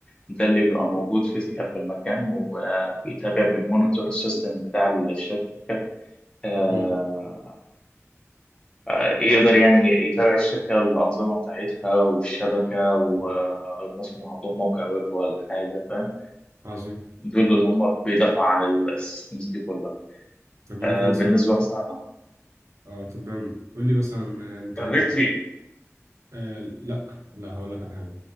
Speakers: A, on the left; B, on the right.
A: ده اللي بيبقى موجود فيزيكال في المكان وبيتابع بيمونيتور السيستم بتاع الشركه آه،
B: مم.
A: آه، يقدر يعني يتابع الشركه الانظمه بتاعتها والشبكه ومثلا عندهم موقع ويب ولا حاجه فاهم
B: عظيم
A: دول اللي هم بيدافعوا عن السيستمز دي كلها
B: طب ممكن
A: آه،
B: مثلا
A: بالنسبه مثلا
B: اه طب قول لي مثلا آه، انت
A: جربتي
B: آه لا لا هقول لك على حاجة